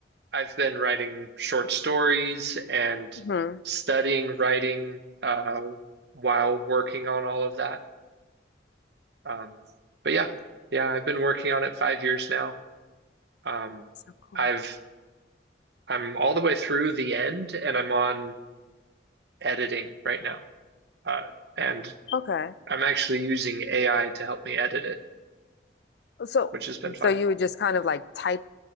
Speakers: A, on the right; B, on the left.
A: I've been writing short stories and
B: hmm
A: studying writing uh, while working on all of that. Um, but yeah, yeah, I've been working on it five years now. Um,
B: so cool.
A: I've I'm all the way through the end, and I'm on editing right now. Uh, and
B: Okay,
A: I'm actually using AI to help me edit it,
B: so
A: which has been
B: so
A: fun.
B: you would just kind of like type